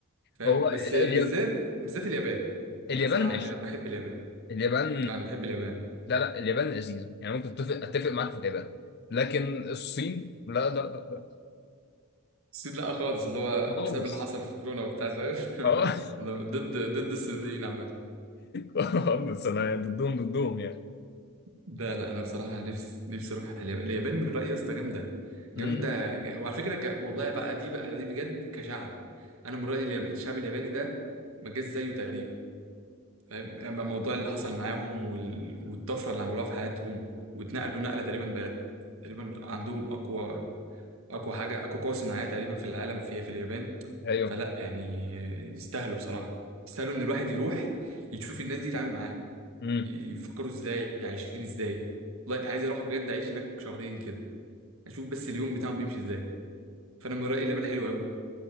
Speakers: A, on the right; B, on the left.
A: فاهم
B: هو
A: بس
B: اليا-
A: بالذات بالذات اليابان
B: اليابان
A: انا صراحه
B: ماشي
A: أنا بحب اليابان
B: اليابان
A: انا بحب اليابان
B: لا لا اليابان لذيذة يعني ممكن اتفق اتفق معاك في اليابان لكن الصين لا لا لا لا
A: الصين لا خالص اللي هو
B: خالص
A: بسبب اللي حصل في كورونا وبتاع فاهم <laughs>
B: اه <laughs>
A: ضد ضد الصينيين عامه
B: خالص انا ضدهم ضدهم يعني
A: ده لا انا بصراحه نفسي نفسي اروح اليابان اليابان من رايي يا اسطى جامده
B: امم
A: جامده ج- وعلى فكره ك... والله بقى دي بقى دي بجد كشعب انا من رايي اليابان الشعب الياباني ده ما جاش زيه تقريبا فاهم اما الموضوع اللي حصل معاهم وال... والطفره اللي عملوها في حياتهم واتنقلوا نقله تقريبا بقت تقريبا عندهم اقوى اقوى حاجه اقوى قوه صناعيه تقريبا في العالم فيها في اليابان
B: ايوه
A: فلا يعني يستاهلوا بصراحه يستاهلوا ان الواحد يروح يشوف الناس دي يتعامل معاها
B: امم
A: ي- يفكروا ازاي عايشين ازاي والله انا عايز اروح بجد اعيش هناك شهرين كده اشوف بس اليوم بتاعهم بيمشي ازاي فانا من رايي اليابان حلوه قوي